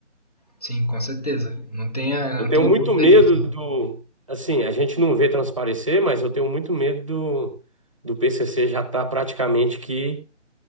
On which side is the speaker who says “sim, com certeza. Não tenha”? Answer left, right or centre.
Left